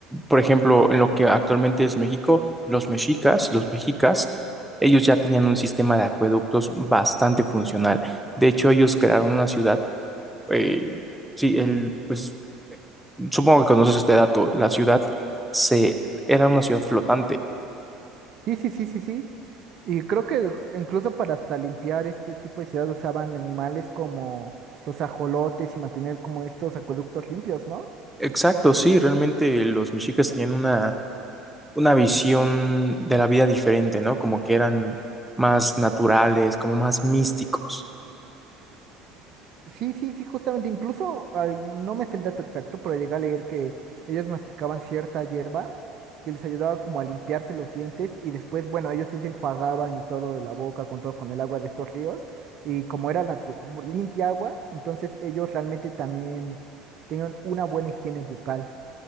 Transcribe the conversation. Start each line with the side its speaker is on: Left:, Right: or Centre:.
Centre: por ejemplo, en lo que actualmente es México, los mexicas, los mexicas, ellos ya tenían un sistema de acueductos bastante funcional. De hecho, ellos crearon una ciudad, eh, sí, el, pues supongo que conoces este dato, la ciudad se, era una ciudad flotante.
Right: Sí, sí, sí, sí, sí. Y creo que incluso para hasta limpiar este tipo de ciudad usaban animales como los ajolotes y mantener como estos acueductos limpios, ¿no?
Centre: Exacto, sí, realmente los mexicas tenían una una visión de la vida diferente, ¿no? Como que eran más naturales, como más místicos.
Right: Sí, sí, sí, justamente, incluso ay, no me sé el dato exacto, pero llegué a leer que ellos masticaban cierta hierba que les ayudaba como a limpiarse los dientes y después, bueno, ellos sí se enjuagaban y todo de la boca con todo con el agua de estos ríos y como era natu- limpia agua, entonces ellos realmente también tenían una buena higiene bucal,